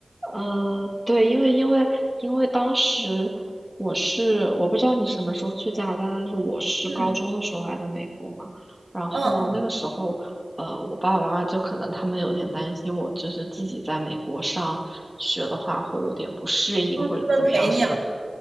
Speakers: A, in the centre; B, on the right (about 75°).
A: 呃，对，因为因为因为当时我是我不知道你什么时候去加拿大，但是我是高中的时候来的美国嘛，
B: 嗯
A: 然后那个时候，
B: 嗯，
A: 呃，我爸爸妈妈就可能他们有点担心我，就是自己在美国上学的话会有点不适应或者怎么样，
B: 哦，他们陪你了。